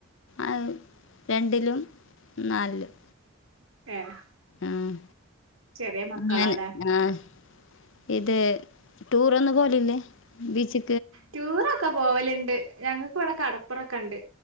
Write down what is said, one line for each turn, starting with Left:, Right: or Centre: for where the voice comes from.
Left: ആ രണ്ടിലും നാൽലും
Right: ഏഹ്
Left: ആഹ്,
Right: ചെറിയ മക്കളാല്ലേ
Left: അങ്ങനെ ആഹ് ഇത് ടൂറൊന്ന് പോലില്ലേ? ബീച്ചി
Right: ടൂറൊക്കെ പോവല്ണ്ട്. ഞങ്ങക്ക്‌വടെ കടപ്പറൊക്കെണ്ട്.